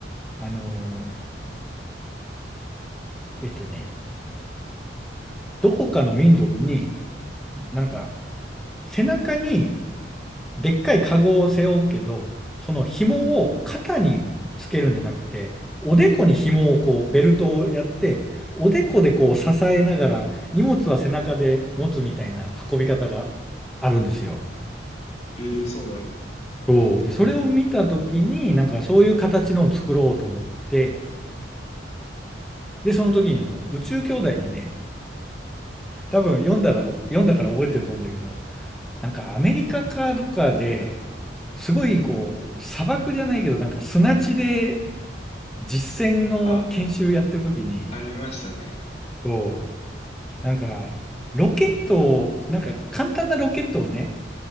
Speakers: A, in the centre; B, on the left (about 35°).
A: あの、えっとね、どこかの民族に、なんか、背中に、でっかいカゴを背負うけど、その紐を肩につけるんじゃなくて、
B: うん。
A: おでこに紐をこう、ベルトをやって、おでこでこう支えながら、荷物は背中で持つみたいな運び方があるんですよ。
B: ええそうなんですね。あー聞いたことない。
A: そう。で、それを見たときに、なんかそういう形のを作ろうと思って、で、その時にあの、宇宙兄弟にね、多分読んだら、読んだから覚えてると思うんだけど、なんかアメリカかどっかで、すごいこう、
B: うん。
A: 砂漠じゃないけど、なんか砂地で実践の研修やってる時に、
B: あ、ありましたね。
A: そう、なんか、ロケットを、なんか簡単なロケットをね、